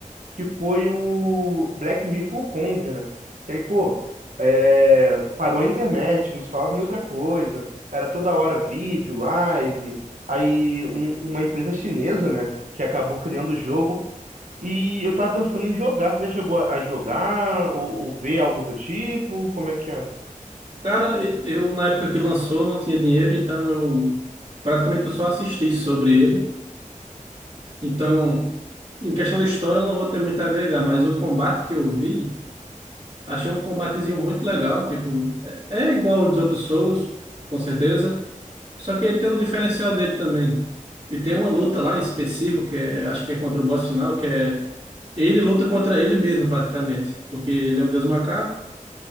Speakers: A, on the right; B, on the right.
A: que foi o Black Myth Wukong, né? Que aí, pô, é, parou a internet, não se falava em outra coisa, era toda hora vídeo, live, aí um- uma empresa chinesa, né, que acabou criando o jogo, e eu tava pensando em jogar, você já chegou a a jogar, ou, ou ver algo do tipo, como é que é?
B: Cara, e- eu na época que lançou não tinha dinheiro, então eu praticamente eu só assisti sobre ele. Então, em questão da história eu não vou ter muito a agregar, mas o combate que eu vi. Achei um combatezinho muito legal, tipo, é é igual ao dos outros Souls, com certeza, só que ele tem um diferencial dele também. E tem uma luta lá em específico, que é, acho que é contra o boss final, que é ele luta contra ele mesmo, praticamente, porque ele é o Deus Macaco,